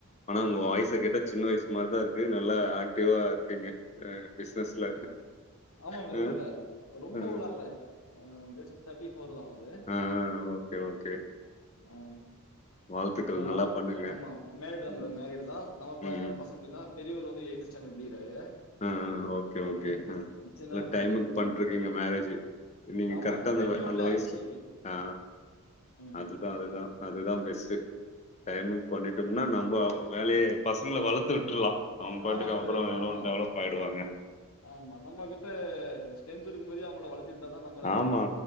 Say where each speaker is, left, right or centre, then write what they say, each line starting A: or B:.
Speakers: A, on the left (about 30°); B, on the left (about 65°).
A: ஆனா உங்க வாய்ஸ கேட்டா சின்ன வயசு மாரிதா இருக்கு நல்லா ஆக்டிவா இருக்கிங்க அ பிசினஸ்ல
B: ஆமா ப்ரதர்
A: அ,
B: இல்லல்ல ரொம்பவுலா
A: ஆ.
B: இல்ல ஜஸ்ட் தேட்டி ஃபோர்தா ஆவுது
A: ஆ, ஓகே, ஓகே.
B: ஆ
A: வாழ்த்துக்கள்
B: இல்ல
A: நல்லா
B: நானு
A: பண்ணுங்க.
B: ஆமா மேரிடுதா
A: ம்.
B: ப்ரோ மேரிடுதா நம்ம ப
A: ம்.
B: பச ங்க எப்டின்னா பெரியவரு வந்து எய்த் ஸ்டாண்டடு படிக்கிறாரு
A: ஆ ஆ ஓகே ஓகே
B: ம்
A: ஆ
B: சின்னவரு
A: இல்ல டைமுக்கு
B: ஃபிப்த் ஸ்டாண்டர்ட்
A: பண்ட்ருக்கிங்க
B: படிக்கிறாரு
A: மேரேஜ் நீங்க
B: ஆமா
A: கரெக்டா அந்த
B: டுவெண்ட்டி ஒன்ல
A: அந்த
B: ஆயிடுச்சு
A: வயசுல ஆ
B: ம்
A: அதுதா அதுதா அதுதா பெஸ்ட்டு டைமுக் பண்ணிட் டம்னா நம்ம வேலய பசங்கள வளத்து விட்ருலா அவங்க பாட்டுக்கு
B: ஆமா ப்ரோ
A: அப்பற எதோ
B: ஆமா
A: ஒன்னு டெவலப் ஆயிடுவாங்க
B: ஆமா நம்ம கிட்ட ஸ்டரென்த் இருக்கும் போதே அவங்கள வளத்தி விட்டாதா நம் மள
A: ஆமா.